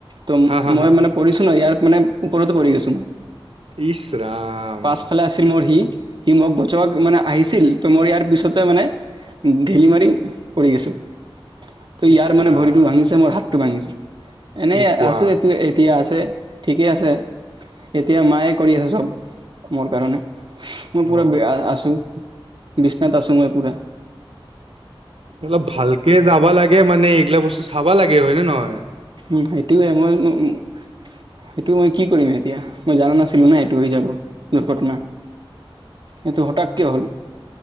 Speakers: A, on the right (about 55°); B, on the right (about 85°).
A: ত'
B: হা হা
A: মই
B: হা
A: মানে পৰিছো ন ইয়াৰ। মানে ওপৰতো পৰি গৈছোঁ। মই
B: ইচ ৰাম
A: পাছ ফালে আছিল মোৰ সি সি মই বছক মানে আহিছিল তো মোৰ ইয়াৰ পিছতে মানে ধেলি মাৰি পৰি গৈছোঁ। তো ইয়াৰ
B: ইচ
A: মানে
B: ৰাম
A: ভৰিতটো ভাঙিছে মোৰ হাতটো ভাঙিছে এনেই
B: কি কোৱা
A: আছো। এইটো এতিয়া আছে। ঠিকে আছে, এতিয়া মায়ে কৰি আছে চ'ব মোৰ কাৰণে। মই
B: অ
A: পোৰা আছোঁ, বিচনাাত আছো মই পোৰা।
B: অলপ ভালকে যাবা লাগে মানে এইগিলা বস্তু চাবা লাগে হয় নে নহয়।
A: উম, সেইটোৱে মই উম, উম। সেইটো মই কি কৰিম এতিয়া। মই জানা নাছিলো না সেইটো হৈ যাব দুৰ্ঘটনা। এইটো হঠাৎকে হ'ল।